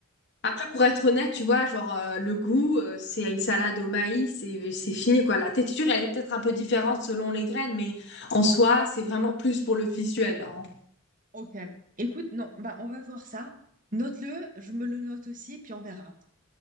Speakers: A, on the left; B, on the right.
A: Après, pour être honnête, tu vois, genre, euh, le goût, euh, c'est une salade au maïs et c'est fini, quoi. La texture, elle est peut-être un peu différente selon les graines, mais en soi, c'est vraiment plus pour le visuel, hein.
B: Ok. Écoute, non, bah on va voir ça. Note-le, je me le note aussi, puis on verra.